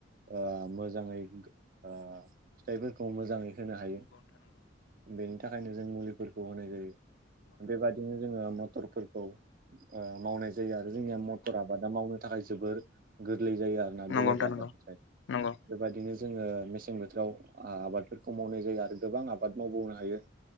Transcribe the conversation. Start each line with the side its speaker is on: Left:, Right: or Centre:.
Right: ओ मोजाङै ओ फिथाइफोरखौ मोजाङै होनो हायो बेनि थाखायनो जों मुलिफोरखौ होनाय जायो। बेबादिनो जोङो मटरफोरखौ ओ मावनाय जाय जायो आरो जोंनिया मथर आबादा मावनो थाखाय जोबोर गोरलै जायो आरोना बेलेग
Left: नोंथां
Right: आफादनिफ्राय
Left: नंगौ नंगौ
Right: बेबायदिनो जोङो मेसें बोथोराव आबादफोरखौ मावनाय जायो आरो गोबां आबाद मावबावनो हायो।